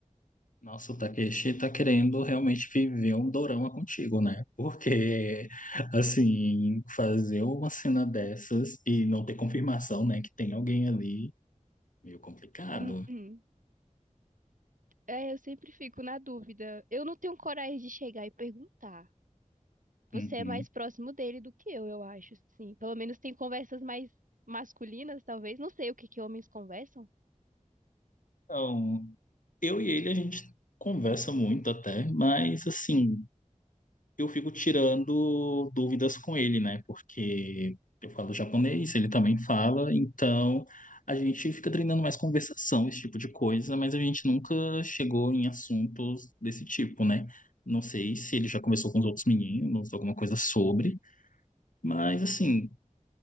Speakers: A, on the left; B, on the right.
A: Nossa, o Takeshi tá querendo realmente viver um dorama contigo, né? Porque, assim, fazer uma cena dessas e não ter confirmação, né, que tem alguém ali, meio complicado.
B: Uhum. É, eu sempre fico na dúvida. Eu não tenho coragem de chegar e perguntar. Você
A: Uhum.
B: é mais próximo dele do que eu, eu acho, sim. Pelo menos tem conversas mais masculinas, talvez. Não sei o que que homens conversam.
A: Então. eu e ele a gente conversa muito até, mas assim, eu fico tirando dúvidas com ele, né? Porque eu falo japonês, ele também fala, então a gente fica treinando mais conversação, esse tipo de coisa, mas a gente nunca chegou em assuntos desse tipo, né? Não sei se ele já conversou com os outros meninos, alguma coisa sobre, mas assim,